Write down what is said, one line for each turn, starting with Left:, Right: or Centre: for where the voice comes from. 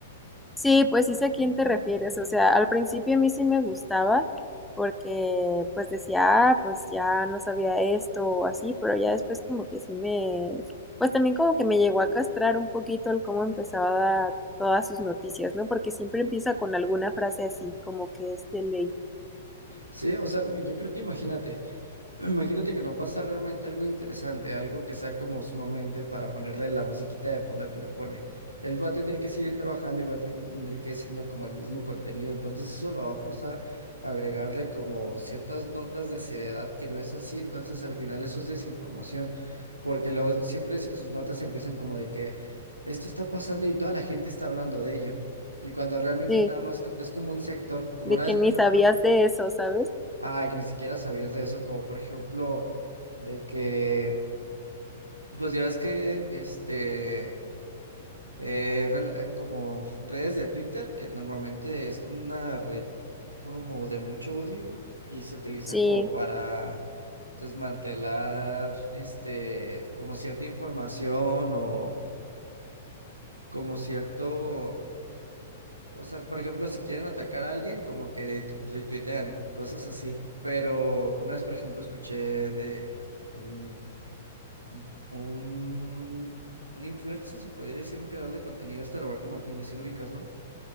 Centre: Sí, pues sí sé a quién te refieres. O sea, al principio a mí sí me gustaba porque pues decía, ah, pues ya no sabía esto o así, pero ya después como que sí me, pues también como que me llegó a castrar un poquito el cómo empezaba todas sus noticias, ¿no? Porque siempre empieza con alguna frase así, como que es de ley.
Right: Sí, o sea, yo creo que imagínate. Imagínate que no pasa realmente algo interesante, algo que sea como sumamente para ponerle la musiquita de fondo que le pone. Él va a tener que seguir trabajando y va a tener que siendo como el mismo contenido, entonces eso lo va a forzar a agregarle como ciertas notas de seriedad que no es así, entonces al final eso es desinformación, porque luego siempre es- sus notas empiezan como de que esto está pasando y toda la gente está hablando de ello, y cuando realmente
Centre: Sí,
Right: es nada más, co- es como un sector, como
Centre: de
Right: una
Centre: que
Right: vez, por
Centre: ni
Right: ejemplo.
Centre: sabías de eso, ¿sabes?
Right: Ay, que ni siquiera sabías de eso, como por ejemplo, de que, pues ya ves que, este, eh, rela- eh, como redes de Twitter, que normalmente es como una red como de mucho odio y se utiliza
Centre: Sí,
Right: como para desmantelar, este, como cierta información o como cierto, o sea, por ejemplo, si quieren atacar a alguien, como que retuitean y y cosas así. Pero una vez, por ejemplo, escuché de un, Un, un, un influencer, se podría decir, un creador de contenido, este Roberto Martínez, sí lo ubicas, ¿no?